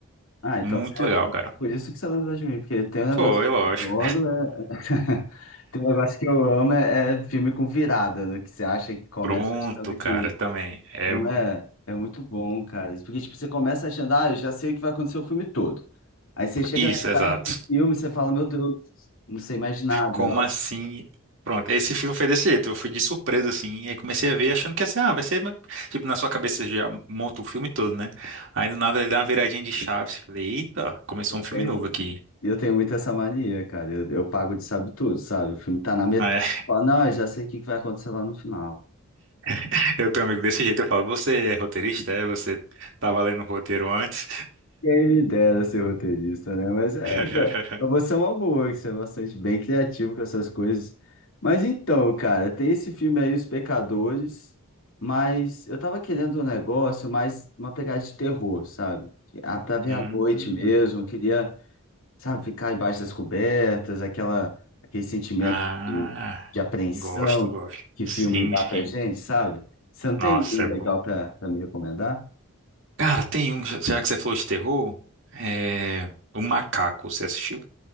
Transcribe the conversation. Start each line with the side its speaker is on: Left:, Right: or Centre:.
Left: ah, então
Right: Muito
Left: você- é
Right: legal, cara.
Left: por isso que você lembrou de mim, porque tem um negócio
Right: Foi, lógico.
Left: que eu adoro, é... <laughs> tem um negócio que eu amo, é, é filme com virada, né? Que você acha que começa
Right: Pronto,
Left: achando
Right: cara,
Left: que
Right: também. É...
Left: Não
Right: um,
Left: é? É muito bom, cara. Porque, tipo, você começa achando, ah, eu já sei o que vai acontecer o filme todo. Aí você chega
Right: Isso,
Left: na metade
Right: exato.
Left: do filme e você fala, meu Deus, não sei mais nada.
Right: Como
Left: Nossa,
Right: assim? Pronto,
Left: eu,
Right: esse filme foi desse jeito. Eu fui de surpresa, assim, e aí comecei a ver achando que ia ser, ah, vai ser. Tipo, na sua cabeça você já monta o filme todo, né? Aí do nada ele dá uma viradinha de chaves. Falei, eita, começou
Left: eu
Right: um filme
Left: tenho,
Right: novo aqui.
Left: eu tenho muito essa mania, cara. Eu, eu pago de sabe tudo, sabe? O filme tá na metade.
Right: Aí
Left: eu falo, Não, eu já sei o que que vai acontecer lá no final.
Right: <laughs> eu tenho um amigo desse jeito. Eu falo, você é roteirista? É? Você tava lendo o roteiro antes?
Left: Quem me dera ser roteirista, né? Mas é,
Right: <laughs>
Left: pra, pra você é uma boa, que você é bastante bem criativo com essas coisas. Mas então, cara, tem esse filme aí, Os Pecadores, mas eu tava querendo um negócio mais uma pegada de terror, sabe? Ah, pra ver
Right: Hum,
Left: à noite mesmo, eu queria, sabe, ficar embaixo das cobertas, aquela, aquele sentimento
Right: ah,
Left: de, de apreensão
Right: gosto, gosto.
Left: que
Right: Sim,
Left: filme dá
Right: sim.
Left: pra gente, sabe? Você não
Right: Nossa,
Left: tem nenhum
Right: é
Left: legal
Right: bom.
Left: pra, pra me recomendar?
Right: Cara, tem um, já que você falou de terror, é. O Macaco, você assistiu?